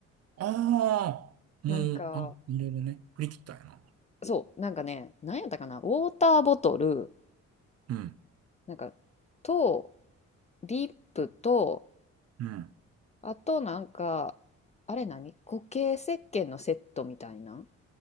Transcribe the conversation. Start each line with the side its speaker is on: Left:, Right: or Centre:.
Right: ああ、
Left: なんか、
Right: もう、あ、いろいろね。振り切ったんやな。
Left: そう、なんかね、何やったかな、ウォーターボトル、
Right: うん。
Left: なんかとリップと
Right: うん。
Left: あとなんかあれ何固形石鹸のセットみたいな